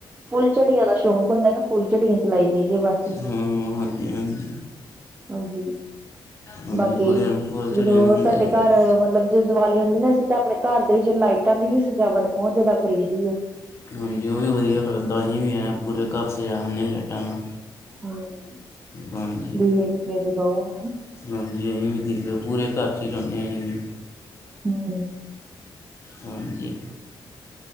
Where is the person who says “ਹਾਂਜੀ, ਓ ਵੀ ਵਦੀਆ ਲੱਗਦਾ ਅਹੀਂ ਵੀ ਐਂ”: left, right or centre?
Left